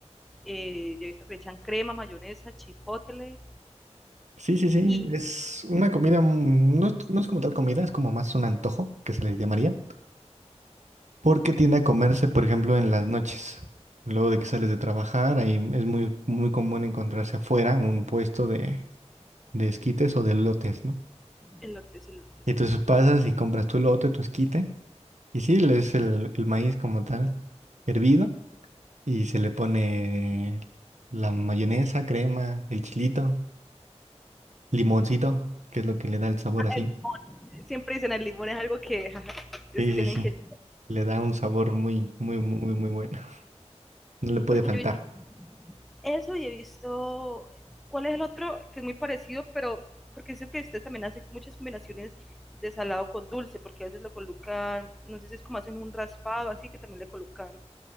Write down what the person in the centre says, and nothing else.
Eh, yo he visto que le echan crema, mayonesa, chipotle
y
elote, elote.
El limón. Siempre dicen el limón es algo que jaja,
sí tienen
que.
Porque
yo he visto eso y he visto. ¿Cuál es el otro que es muy parecido? Pero porque sé que ustedes también hacen muchas combinaciones de salado con dulce, porque a veces lo colocan, no sé si es como hacen un raspado, así que también le colocan